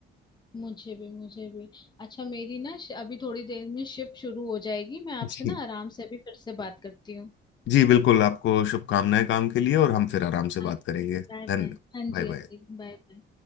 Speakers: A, on the left; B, on the left.
A: मुझे भी मुझे भी अच्छा मेरी ना श- अभी थोड़ी देर में शिफ्ट शुरू हो जाएगी मैं आपसे
B: जी
A: ना आराम से अभी फिर से बात करती हूँ
B: जी बिल्कुल आपको शुभकामनाएं काम के लिए और हम फिर आराम से
A: आप
B: बात करेंगे
A: भी बाय बाय
B: धन्यवाद
A: हाँ जी
B: Bye
A: हाँ
B: bye
A: जी बाय बाय